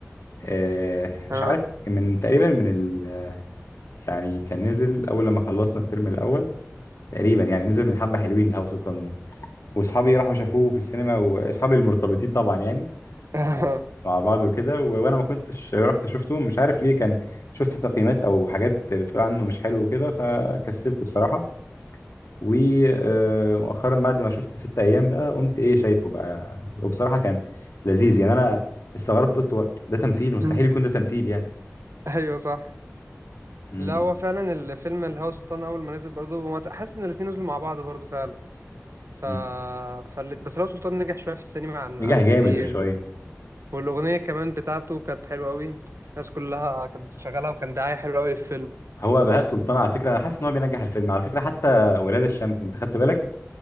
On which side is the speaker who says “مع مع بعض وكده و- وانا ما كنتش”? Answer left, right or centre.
Left